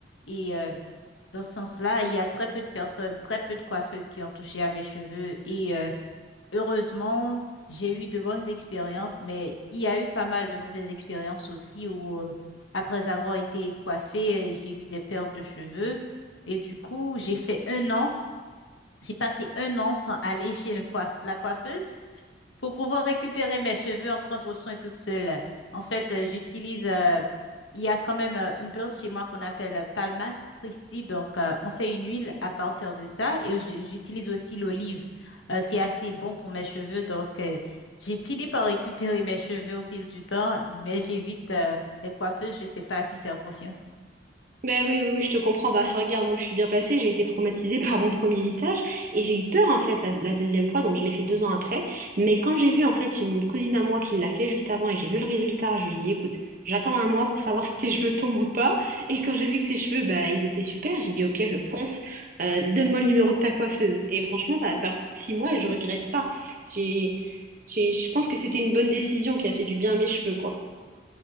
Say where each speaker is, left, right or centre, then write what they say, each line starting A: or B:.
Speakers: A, on the left; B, on the right.
A: Et euh, dans ce sens-là, il y a très peu de personnes, très peu de coiffeuses qui ont touché à mes cheveux et euh, heureusement, j'ai eu de bonnes expériences, mais il y a eu pas mal de mauvaises expériences aussi où euh, après avoir été coiffée, euh, j'ai eu des pertes de cheveux et du coup, j'ai fait un an, j'ai passé un an sans aller chez le coif- la coiffeuse pour pouvoir récupérer mes cheveux, en prendre soin toute seule. En fait, euh, j'utilise, euh, il y a quand même euh, une plante chez moi qu'on appelle Palma Christi. Donc, euh, on fait une huile à partir de ça et j- j'utilise aussi l'olive. Euh, c'est assez bon pour mes cheveux. Donc, euh, j'ai fini par récupérer mes cheveux au fil du temps, mais j'évite, euh, les coiffeuses. Je ne sais pas à qui faire confiance.
B: Ben oui, oui, oui, je te comprends. Bah regarde, moi je suis bien placée, j'ai été traumatisée <laughs> par mon premier lissage et j'ai eu peur en fait la, la deuxième fois, donc je l'ai fait deux ans après. Mais quand j'ai vu en fait une cousine à moi qui l'a fait juste avant et j'ai vu le résultat, je lui ai dit écoute, j'attends un mois pour savoir <laughs> si tes cheveux tombent ou pas. Et quand j'ai vu que ses cheveux, bah ils étaient super, j'ai dit ok, je fonce, Euh, donne-moi le numéro de ta coiffeuse. Et franchement, ça va faire six mois et je regrette pas. J'ai, j'ai, je pense que c'était une bonne décision qui a fait du bien à mes cheveux, quoi.